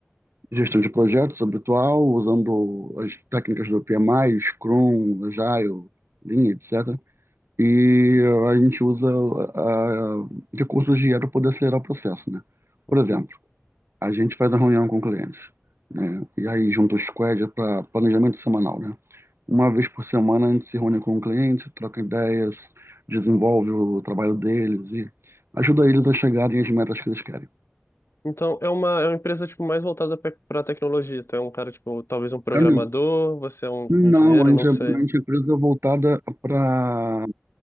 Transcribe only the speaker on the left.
Uhum.
Então, é uma, é uma empresa, tipo, mais voltada pra pra tecnologia. Então, é um cara, tipo, talvez um programador,
você é um
engenheiro,
não sei.